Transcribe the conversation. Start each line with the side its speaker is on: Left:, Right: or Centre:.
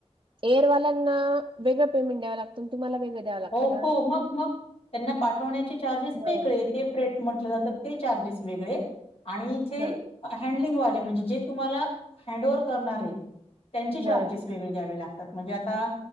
Right: एअरवाल्यांना वेगळं पेमेंट द्यावं लागतो तुम्हाला वेग वेगळं द्यावं लागतं
Left: हो
Right: का?
Left: हो मग मग त्यांना पाठवण्याचे चार्जेस
Right: हां,
Left: वेगळे ते फ्रेट म्हटलं जातं ते चार्जेस वेगळे. आणि इथे
Right: हां,
Left: हँडलिंगवाले म्हणजे जे तुम्हाला हँड ओवर्हर करणार आहेत. त्यांचे चार्जेस
Right: हां.
Left: वेगळे घ्यावे लागतात. म्हणजे आता